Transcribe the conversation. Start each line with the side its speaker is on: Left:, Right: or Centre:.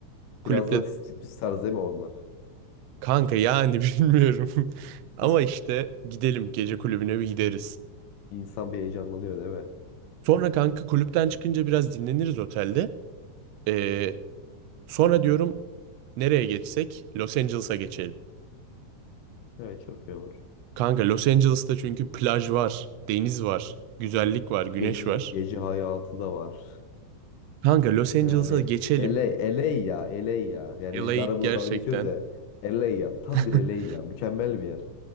Right: Kulüple
Left: Biraz daha striptiz tarzı değil mi onlar?
Right: Kanka yani <laughs> bilmiyorum. Ama
Left: <laughs>
Right: işte gidelim gece kulübüne bir gideriz.
Left: İnsan bir heyecanlanıyor değil mi?
Right: Sonra kanka kulüpten çıkınca biraz dinleniriz otelde. Ee, sonra diyorum nereye geçsek? Los Angeles'a geçelim.
Left: Evet çok iyi olur.
Right: Kanka Los Angeles'ta çünkü plaj var, deniz var, güzellik var, güneş
Left: Gece,
Right: var.
Left: gece hayatı da var.
Right: Kanka Los Angeles'a
Left: Yani
Right: geçelim.
Left: LA, LA ya LA ya. Yani
Right: LA
Left: biz arabada
Right: gerçekten.
Left: dalga geçiyoruz ya. LA ya tam
Right: <laughs>
Left: bir LA ya. Mükemmel bir yer.